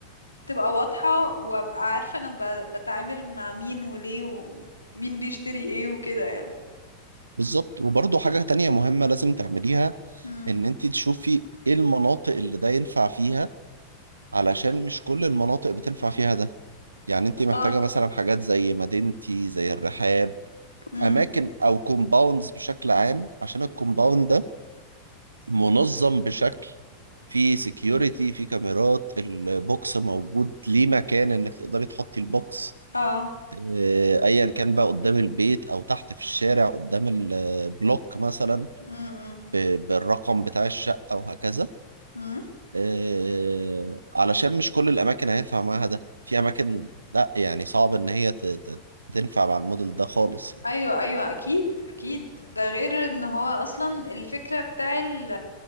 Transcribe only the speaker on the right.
بالظبط وبرضه حاجة تانية مهمة لازم تعمليها
ان انت تشوفي ايه المناطق اللي ده ينفع فيها علشان مش كل المناطق بتنفع فيها ده يعني انت محتاجة
مثلا حاجات زي مدينتي زي الرحاب
اماكن او كومباوندز بشكل عام عشان الكومباوند ده منظم بشكل في سكيورتي في كاميرات البوكس موجود ليه مكان انك تقدري تحطي البوكس
آه، ايا كان بقى قدام البيت او تحت في الشارع قدام البلوك مثلا
ب- بالرقم بتاع الشقة وهكذا
آه، علشان مش كل الأماكن هينفع معاها ده في أماكن لا يعني صعب إن هي ت- ت- تنفع مع الموديل ده خالص يعني.